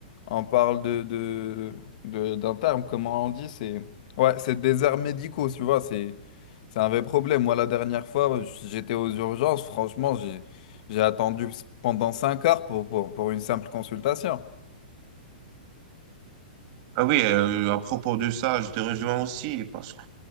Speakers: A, on the left (about 55°); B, on the right (about 40°).
A: on parle de, de, de- d'un terme, comment on dit, c'est, ouais, c'est déserts médicaux, tu vois, c'est, c'est un vrai problème, moi, la dernière fois, j'étais aux urgences, franchement, j'ai, j'ai attendu pendant 5 heures pour, pour, pour une simple consultation,
B: Ah oui, euh, à propos de ça, je te rejoins aussi parce que